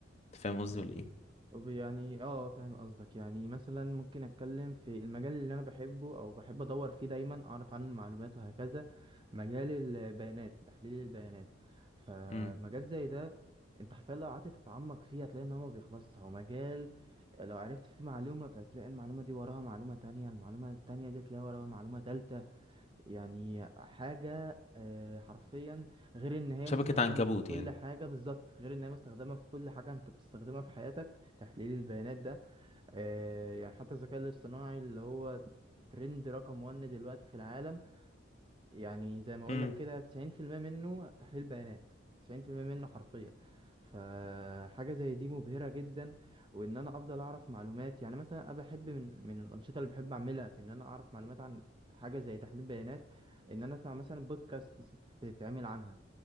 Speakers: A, on the left (about 35°); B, on the right (about 25°).
A: أنت فاهم قصدي ولا ايه
B: طب يعني اه فاهم قصدك يعني مثلا ممكن اتكلم في المجال اللي انا بحبه او بحب ادور فيه دايما اعرف عنه معلومات وهكذا مجال البيانات تحليل البيانات فمجال
A: إمم.
B: زي ده انت حرفيا لو قعدت تتعمق فيه هتلاقي ان هو ما بيخلصش هو مجال لو عرفت فيه معلومة فهتلاقي المعلومة دي وراها معلومة تانية المعلومة التانية دي تلاقي وراها معلومة تالتة يعني حاجة آه، حرفيا غير ان هي
A: شبكة
B: مستخدمة
A: عنكبوت
B: في كل
A: يعني
B: حاجة بالظبط غير ان هي مستخدمة في كل حاجة انت بتستخدمها في حياتك تحليل البيانات ده آه، يعني حتى الذكاء الاصطناعي اللي هو ترند رقم 1 دلوقتي في العالم يعني زي ما اقول
A: امم
B: لك كده 90% منه تحليل بيانات 90% منه حرفيا فحاجة زي دي مبهرة جدا وان انا افضل اعرف معلومات يعني مثلا انا بحب من من الانشطة اللي بحب اعملها في ان انا اعرف معلومات عن حاجة زي تحليل بيانات ان انا اسمع مثلا بودكاست بتتعمل عنها